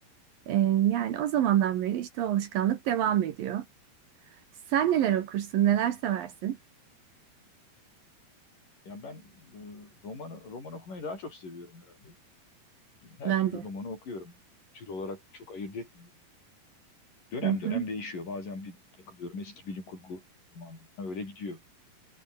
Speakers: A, on the right; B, on the left.
A: E, yani o zamandan beri işte o alışkanlık devam ediyor. Sen neler okursun, neler seversin?
B: Ya ben e, roman roman okumayı daha çok seviyorum herhalde. Her
A: Ben
B: türlü
A: de.
B: romanı okuyorum. Tür olarak çok ayırt etmiyorum. Dönem
A: Hı hı,
B: dönem değişiyor. Bazen bir takılıyorum eski bilim kurgu romanlarına öyle gidiyor.